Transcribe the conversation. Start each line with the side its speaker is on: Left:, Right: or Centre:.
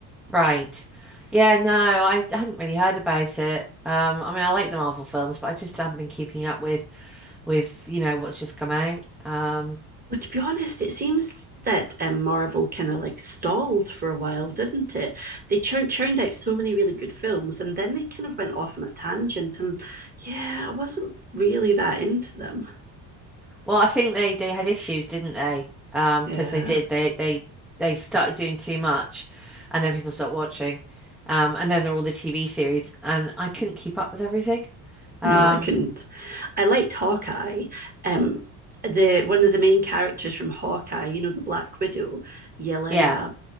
Centre: right. Yeah, no, I hadn't really heard about it. Um, I mean, I like the Marvel films, but I just haven't been keeping up with with, you know, what's just come out. Um,
Right: Well, to be honest, it seems that um, Marvel kind of like stalled for a while, didn't it? They churn- churned out so many really good films, and then they kind of went off on a tangent. And yeah, I wasn't really that into them.
Centre: Well, I think they they had issues, didn't they? Um,
Right: Yeah,
Centre: because they did they they they started doing too much, and then people stopped watching, um, and then there are all the TV series, and I couldn't keep up with everything. Um,
Right: no, I couldn't. I liked Hawkeye. Um, the one of the main characters from Hawkeye, you know, the Black Widow, Yelena.
Centre: yeah.